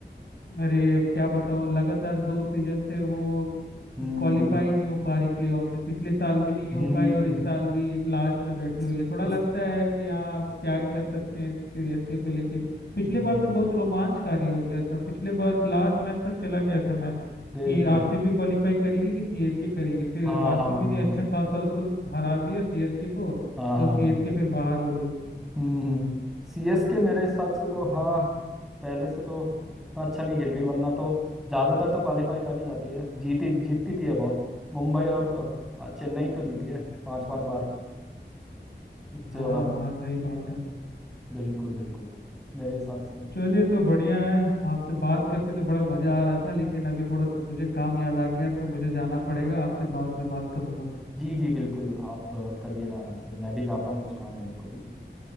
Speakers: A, on the left; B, in the centre.
A: अरे अब क्या बताऊं लगातार दो सीजन से वो
B: हम्म
A: क्वालिफाई नहीं हो पा रही प्लेऑफ में पिछले साल भी नहीं हो
B: हम्म
A: पाई और इस साल भी लास्ट में बैठे
B: इस,
A: हुई है थोड़ा
B: इस,
A: लगता है कि हाँ अब क्या कर सकते हैं इस सीरीज को लेके पिछले
B: बिल्कुल
A: बार तो बहुत रोमांचकारी हो गया था पिछले बार लास्ट मैच तक चला गया था मैच
B: बिल्कुल
A: कि आरसीबी क्वालिफाई करेगी कि सीएसके करेगी फिर
B: हाँ
A: आरसीबी
B: हाँ हाँ
A: ने अच्छा
B: हाँ
A: खासा उसको हरा दिया सीएसके को
B: हाँ
A: तो
B: हाँ
A: सीएसके
B: हाँ
A: फिर बाहर हो गई
B: हम्म सी एस के मेरे हिसाब से तो हाँ पहले से तो इतना अच्छा नहीं खेल रही वरना तो ज्यादातर तो क्वालिफाई कर ही जाती है जीती जीतती भी है बहुत मुंबई और अ, चेन्नई तो जीती है पांच पांच बार उससे
A: हाँ
B: ज्यादा बार
A: हाँ सही बात है
B: बिल्कुल बिल्कुल मेरे हिसाब से
A: चलिए तो बढ़िया है आपसे बात करके तो बड़ा मजा आ रहा था लेकिन अभी थोड़ा सा मुझे काम याद आ गया तो मुझे जाना पड़ेगा आपसे बाद में बात करूंगा
B: जी जी बिल्कुल आप अ, करिएगा आराम से मैं भी जाता हूँ कुछ काम है मेरे को भी